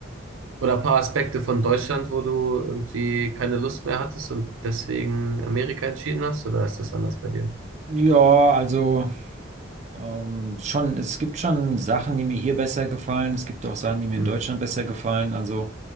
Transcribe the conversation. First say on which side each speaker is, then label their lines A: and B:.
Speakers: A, on the right; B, on the right.
A: oder ein paar Aspekte von Deutschland, wo du irgendwie keine Lust mehr hattest und deswegen Amerika entschieden hast? Oder ist das anders bei dir?
B: Ja, also ähm, schon, es gibt schon Sachen, die mir hier besser gefallen. Es gibt auch Sachen, die mir
A: Hm,
B: in Deutschland besser gefallen. Also